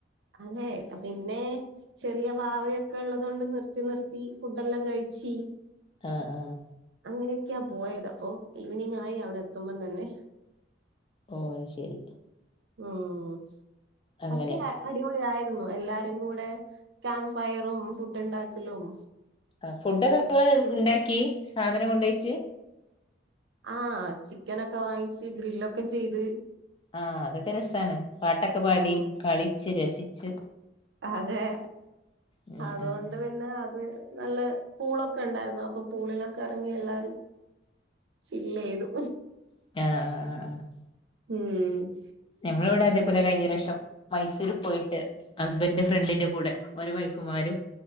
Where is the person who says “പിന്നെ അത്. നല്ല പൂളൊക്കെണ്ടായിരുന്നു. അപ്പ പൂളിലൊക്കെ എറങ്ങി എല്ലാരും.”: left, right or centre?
Right